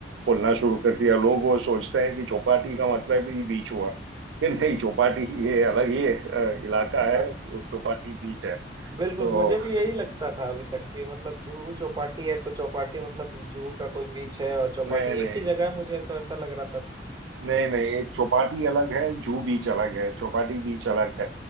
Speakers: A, on the right; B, on the right.
A: बोलना शुरू कर दिया लोग वो सोचते हैं कि चौपाटी का मतलब ही बीच हुआ कि नहीं चौपाटी ये अलग ही अ, इलाका
B: <laughs>
A: है
B: हाँ,
A: वो चौपाटी बीच है तो
B: बिल्कुल मुझे भी यही लगता था अभी तक कि मतलब जुहू चौपाटी है तो चौपाटी मतलब जुहू का कोई बीच है और चौपाटी
A: नहीं नहीं
B: एक ही जगह है मुझे तो ऐसा लग रहा था
A: नहीं नहीं एक चौपाटी अलग है जू बीच अलग है चौपाटी बीच अलग है